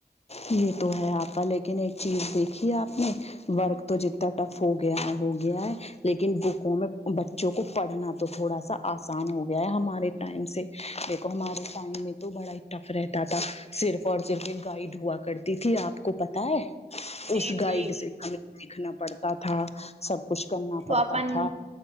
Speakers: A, on the left; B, on the right.
A: یہ تو ہے اپا لیکن ایک چیز دیکھی ہے آپ نے ورک تو جتنا ٹف ہو گیا ہے ہو گیا ہے لیکن بکوں میں بچوں کو پڑھنا تو تھوڑا سا آسان ہو گیا ہے ہمارے ٹائم سے دیکھو ہمارے ٹائم میں تو بڑا ہی ٹف رہتا تھا صرف اور صرف گائڈ ہوا کرتی تھی آپ کو پتا ہے
B: جی
A: اس گائڈ
B: جی
A: سے سیکھنا پڑتا تھا سب کچھ کرنا
B: تو
A: پڑتا
B: اپن
A: تھا